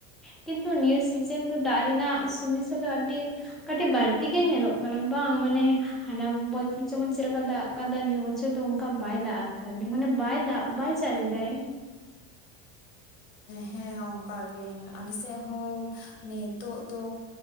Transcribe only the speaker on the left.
ᱦᱮᱸ ᱚᱱᱠᱟ ᱜᱮ ᱟᱞᱮ ᱥᱮᱫ ᱦᱚᱸ ᱱᱤᱛᱚᱜ ᱫᱚ